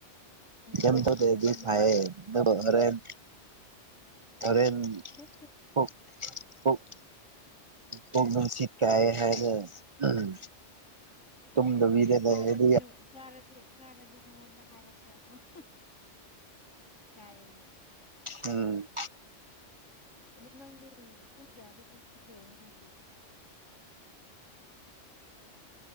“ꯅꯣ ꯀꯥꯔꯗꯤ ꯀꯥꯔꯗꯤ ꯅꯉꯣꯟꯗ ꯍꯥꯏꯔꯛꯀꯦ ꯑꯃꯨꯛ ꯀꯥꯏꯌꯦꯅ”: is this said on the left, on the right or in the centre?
Left